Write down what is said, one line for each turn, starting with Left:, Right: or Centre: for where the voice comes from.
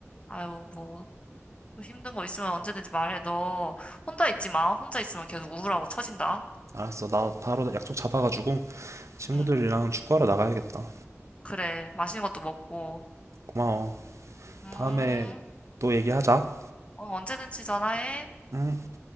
Left: 아유, 뭐, 또 힘든 거 있으면 언제든지 말해. 너 혼자 있지 마. 혼자 있으면 계속 우울하고 처진다.
Right: 알았어, 나 바로 약속 잡아가지고 친구들이랑
Left: 응,
Right: 축구하러 나가야겠다.
Left: 그래. 맛있는 것도 먹고.
Right: 고마워.
Left: 음,
Right: 다음에 또 얘기하자.
Left: 어, 언제든지 전화해.
Right: 응.